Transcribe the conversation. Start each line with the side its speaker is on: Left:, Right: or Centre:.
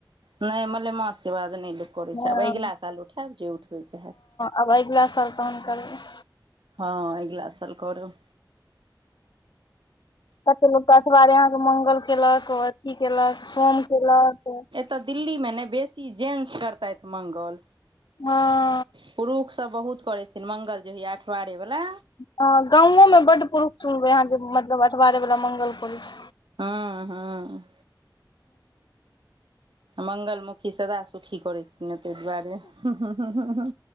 Right: नहि, मलेमासके बाद नहि लोक करैत
Left: हँ
Right: छै, आब अगिला साल उठायब, जे उठबैके हैत।
Left: आबगला साल तहन करबै।
Right: हँ अगिला साल करब।
Left: कऽ लोकके अटबारे अहाँके मङगल केलक। की केलक? सोम कयेलक।
Right: तऽ दिल्ली मे ने बेसी जेन्स करतथि मंगल।
Left: हँ।
Right: पुरुषसभ बहुत करैत छथिन मङ्ंगल जे होइया अठवारे बला।
Left: हँ, गाँवो में बड़ पुरुष सुनबै अहाँ जे, मतलब अठवारैवला मंगल पुरुष।
Right: हँ- हँ। मंगलमुखी सदा सुखी करै छै। ते दुआरे ह